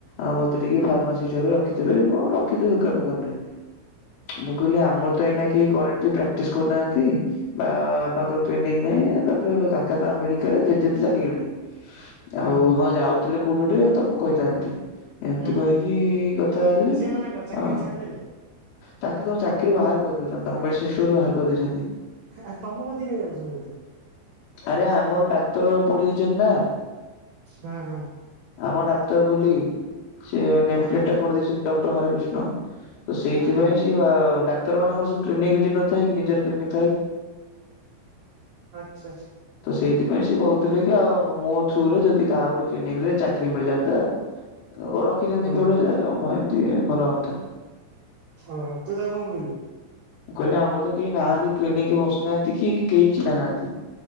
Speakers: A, on the left; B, on the right.
A: ଆଉ ମତେ ଟିକେ ଫାର୍ମାସିଷ୍ଟ ଭାବେ ରଖିଦେବେ କଣ ରଖିଦେବେ ଦୋକାନ ଫୋକାନରେ ମୁଁ କହିଲେ ଆମର
B: ହୁଁ
A: ତ ଏଇନା କେହି କରେଣ୍ଟଲି ପ୍ରାକ୍ଟିସ କରୁନାହାନ୍ତି। ବା ବାପାଙ୍କର
B: ହୁଁ
A: ଟ୍ରେନିଂ ନାହିଁ ତାପରେ କାକା ତ ଆମେରିକାରେ ଜେଜେ ତ ଚାଲିଗଲେଣି।
B: ହୁଁ
A: ଆଉ
B: ହୁଁ ହୁଁ
A: ହଁ ଯାଉଥିଲେ କୋଉଠି ଗୋଟେ ତ ମୁଁ କହିଥାନ୍ତି। ଏମତି
B: ହୁଁ
A: କହିକି
B: ହୁଁ
A: କଥା ହେଲିି
B: ସିଏ ମାନେ କଣ ଚାକିରି
A: ଆ
B: ଛାଡିଦେଲେ
A: ତାଙ୍କେ ତାଙ୍କୁ ଚାକିରୁ ବାହାର କରିଦେଇଚନ୍ତି ତାଙ୍କ ମେଡିସିନ ଷ୍ଟୋରରୁ ବାହାର କରିଦେଇଛନ୍ତି।
B: ଆ ତମ କତିକି କାଇଁ ଯାଉଚନ୍ତି ଏତେ?
A: ଆରେ ଆମର ଡାକ୍ତର ପଡି ଦେଇଚନ୍ତି ନା
B: ହଁ ହଁ।
A: ଆମର ଡାକ୍ତର ବୋଲି ସେ ନେମପ୍ଲେଟଟା
B: ହଁ ହଁ
A: ପଢିଦେଇଚନ୍ତି ଡକ୍ଟର ହରେକୃଷ୍ଣ। ତ ସେଇଥିପାଇଁ
B: ହଁ ହଁ
A: ସେ ଡାକ୍ତର ମାନଙ୍କର ସବୁ କ୍ଲିନିକ ଭିଜିଟ ନ ଥାଏ କି ନିଜର କ୍ଲିନିକ୍
B: ଆଚ୍ଛା।
A: ତ ସେଇଥିପାଇଁ ସିଏ କୋହୁଥିଲେ କି ଆଉ ମୋ ଥ୍ରୁରେ ଯଦି କାହା ଗୋଟେ କ୍ଲିନିକରେ ଚାକିରି ମିଳିଯାଆନ୍ତା ଅ ରଖିଦିଅନ୍ତି
B: ଓହୋ
A: କିଏ ଗୋଟେ ଯେ ହଁ ଏମତି ଭଲ ହୁଅନ୍ତା।
B: ଓହୋ ତୁ ତାକୁ କଣ କହିଲୁ?
A: ମୁଁ କହିଲି ଆମର ତ କେହି ନାହାନ୍ତି କ୍ଲିନିକ ବସୁନାହାନ୍ତି କି କେହି ଚିହ୍ନା ନାହାନ୍ତି।